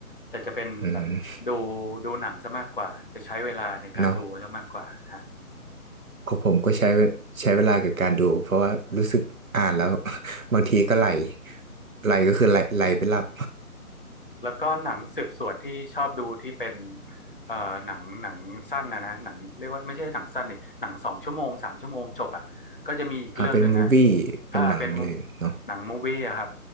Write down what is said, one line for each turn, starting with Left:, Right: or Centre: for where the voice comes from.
Left: แต่จะเป็นแบบดู
Right: อืม
Left: ดูหนังซะมากกว่าจะใช้เวลาในการดูซะมากกว่าฮะ
Right: เนาะของผมก็ใช้เวใช้เวลากับการดูเพราะว่ารู้สึกอ่านแล้ว <laughs> บางทีก็ไหลไหลก็คือไหลไหลไปหลับ
Left: แล้วก็หนังสืบสวนที่ชอบดูที่เป็นเอ่อหนังหนังสั้นนะนะหนังเรียกว่าไม่ใช่หนังสั้นนี่หนังสองชั่วโมงสามชั่วโมงจบอ่ะก็จะมีอีกเรื่องหนึ่งอ่ะ
Right: <laughs> อ่าเป็นมูฟวี่เป็นหนังเลยเนาะ
Left: อ่าเป็น mo- หนังมูวี่อะครับ